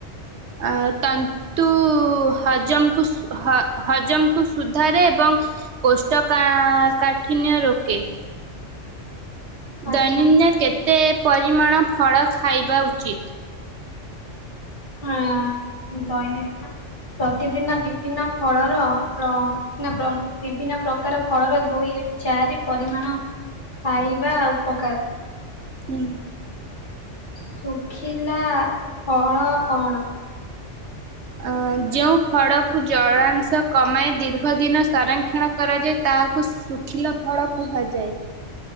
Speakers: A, on the right (about 65°); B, on the left (about 40°).
A: ଆ ତନ୍ ତୁ ହଜମକୁ ସ୍ ହ ହଜମକୁ ସୁଧାରେ ଏବଂ କୋଷ୍ଠକା କାଠିିନ୍ୟ ରୋକେ।
B: ଆଚ୍ଛା
A: ଦୈନନ୍ଦିନ କେତେ ପରିମାଣ ଫଳ ଖାଇବା ଉଚିତ୍?
B: ହଁ ଦୈନଦିନ ପ୍ରତିଦିନ ବିଭିନ୍ନ ଫଳର ପ୍ର ନାଁ ପ୍ର ବିଭିନ୍ନ ପ୍ରକାର ଫଳର ଦୁଇ ଚାରି ପରିମାଣ ଖାଇବା ଉପକାର।
A: ହୁଁ।
B: ଶୁଖିଲା ଫଳ କଣ?
A: ଆ ଯେଉଁ ଫଳକୁ ଜଳାଂଶ କମାଇ ଦୀର୍ଘଦିନ ସଂରକ୍ଷଣ କରାଯାଏ ତାହାକୁ ଶୁଖିଲା ଫଳ କୁହାଯାଏ।